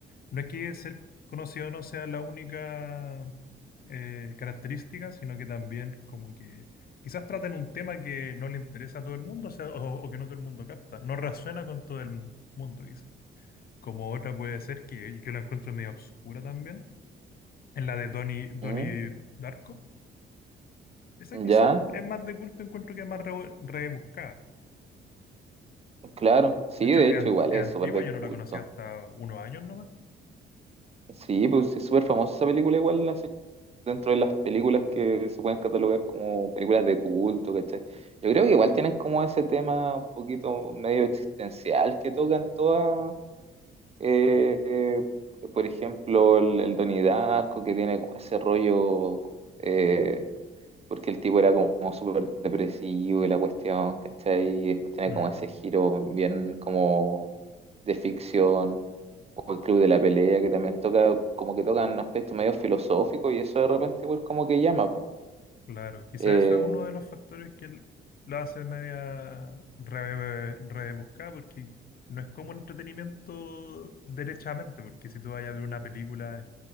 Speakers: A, on the left; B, on the right.
A: No es que ser conocido no sea la única eh, característica, sino que también como que quizás traten un tema que no le interesa a todo el mundo, o sea, o, o que no todo el mundo capta, no resuena con todo el mu- mundo quizás. Como otra puede ser que yo la encuentro medio obscura también, en la de Donnie, Donnie
B: ¿Mm?
A: Darko. Esa
B: Ya,
A: quizás es más de culto, encuentro que es más rebu- rebuscada.
B: claro, sí,
A: De hecho,
B: de
A: es,
B: hecho
A: ant-
B: igual
A: es
B: es
A: antigua,
B: súper de
A: yo no la
B: culto.
A: conocía hasta unos años nomás.
B: Sí, pues es súper famosa esa película igual, así, dentro de las películas que se pueden catalogar como películas de culto, ¿cachai? Yo creo que igual tienen como ese tema un poquito medio existencial que tocan todas, eh, eh, por ejemplo, el, el Donnie Darko, que tiene como ese rollo, eh, porque el tipo era como súper depresivo y la cuestión, ¿cachai? Y después tiene
A: Mm.
B: como ese giro bien como de ficción. O el Club de la Pelea, que también toca, como que tocan un aspecto medio filosófico y eso de repente igual como que llama, po.
A: Claro, quizás
B: Eh,
A: eso es uno de los factores que l- la hace media re- rebuscada, porque no es como entretenimiento derechamente, porque si tú vas a ver una película,